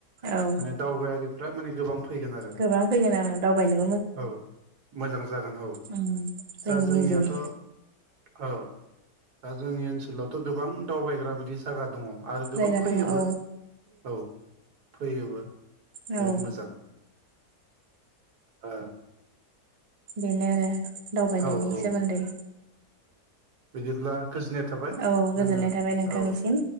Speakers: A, on the right; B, on the right.
A: औ
B: माने दावबायारिफोरा माने गोबां फैगोन आरो
A: गोबां फैगोन आं दावबायनो
B: औ मोजां जागोन औ
A: उम जोंनि
B: दा जोंनियाथ'
A: निजेनि
B: औ दा जोंनि ओनसोलावथ' गोबां दावबायग्रा बिदि जागा दङ आरो गोबां
A: जायगा
B: फैयोबो
A: दङ औ
B: औ फैयोबो
A: औ
B: जोबोद मोजां ओ
A: बेनो आरो दावबायनायनि
B: औ औ
A: सोमोन्दै
B: बिदिब्ला गोजोननाया थाबाय
A: औ गोजोननाय
B: जोङो
A: थाबाय नोंथांनिसिम
B: औ